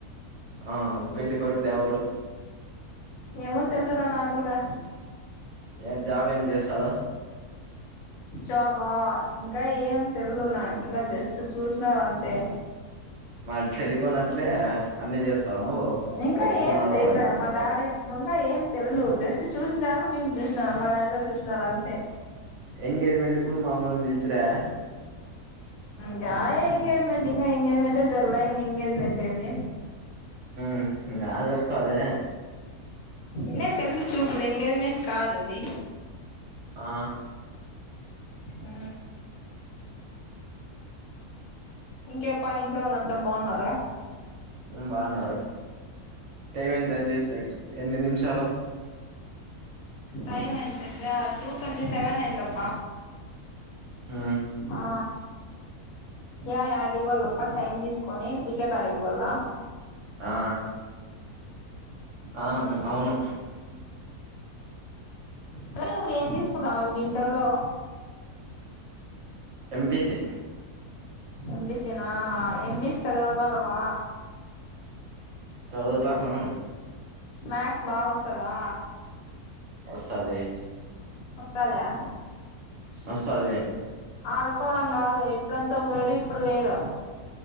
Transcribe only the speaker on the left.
ఏమో తెల్దురా నాకు కూడా
జాబ్ అ ఇంకా ఏం తెల్దు నాకు ఇంకా జస్ట్ చూసినారు అంతే
ఇంకా
ఏం చేయలే మా డాడీ ఇంకా ఏం తెల్దు జస్ట్ చూసినారు మేము చూసినాము మ డాడీ వాళ్లు చూసినరంతే
గా ఎంగేజ్మెంట్ ఇంగ ఎంగేజ్మెంట్ే జర్లే ఇంగ ఎంగేజ్మెంట్ ఎంది
లే పెళ్లి చూపూలు ఎంగేజ్మెంట్ కాదది
ఆ ఇంకేప్ప ఇంట్లో వాళ్ళు అంతా బాగున్నారా
టైమ్ ఎంత అయింద టూ థర్టీ సెవెన్ అయిందబ్బ
ఆ యా ఆడేవాళ్ళ పక్క టైమ్ తీసుకొని క్రికెట్ ఆడేకిపోళ్ళ
అరే నువ్ ఏం తీసుకున్నావు ఇంటర్ లో
ఎంపిసినా ఎంపిసి చదవగలవా
మ్యాక్స్ బాగా వస్తందా
వస్తదా
ఆడుకోవడం కాదు ఇప్పుడంతా ఒగ వేరు ఇప్పుడు వేరు